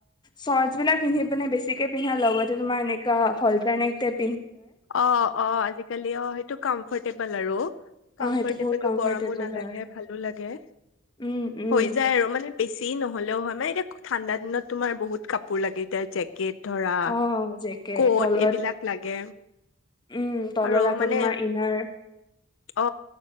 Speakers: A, on the left; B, on the left.
A: চৰ্ট বিলাক পিন্ধি পনে বেছিকে পিন্ধা লগতে তোমাৰ এনেকা হলটাৰনেপ
B: অ অ আজিকালি অ সেইটো কাম কম্ফৰ্টেবল আৰু
A: অ
B: কমফৰ্টেবলো
A: সেইটো বহুত কমফৰ্টেবল
B: গৰমো নালাগে
A: হয়
B: ভালো লাগে
A: উম উম
B: হৈ যায় আৰু মানে বেছি নহ'লেও হয় মানে এতিয়া ঠাণ্ডা দিনত তোমাৰ বহুত কাপোৰ লাগে এতিয়া জেকেট ধৰা
A: অ জেকে
B: কত
A: তলত
B: এইবিলাক লাগে
A: উম তলত
B: আৰু
A: আকৌ
B: মানে
A: তোমাৰ ইনাৰ
B: অ